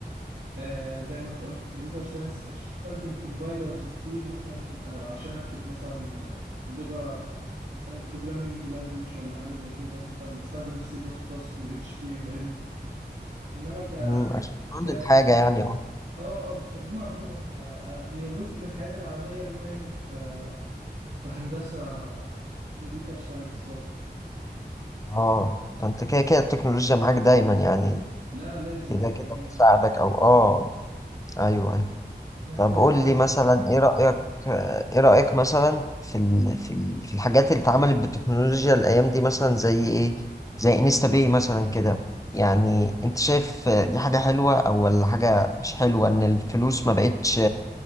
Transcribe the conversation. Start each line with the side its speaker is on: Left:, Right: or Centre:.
Right: آه زي ما انت قلت كمبيوتر ساينس بستخدم كومبايلرز كتير مثلا او عشان اكتب مثلا آه، لغة بروجرامينج لانجوج ولا حاجة زي كده مثلا بستخدم السي بلس بلس والاتش تي ام ال انما ك
Left: مم، عشان تعمل
Right: كتكنو...
Left: حاجة يعني اه
Right: اه اه بستخدمها عموما فهي جزء من حياتي العملية بما اني في فهندسة كمبيوتر ساينس برضه
Left: اه فانت كده كده التكنولوجيا معاك دايما يعني
Right: لا لازم
Left: كده
Right: يعني
Left: كده
Right: هي
Left: بتساعدك او اه ايوه ايوه
Right: لا
Left: طب
Right: كده
Left: قول
Right: كده
Left: لي مثلا ايه رأيك ايه رأيك مثلا في ال... في ال... في الحاجات اللي اتعملت بالتكنولوجيا الايام دي مثلا زي ايه زي انستا باي مثلا كده يعني انت شايف دي حاجة حلوة او ولا حاجة مش حلوة ان الفلوس ما بقتش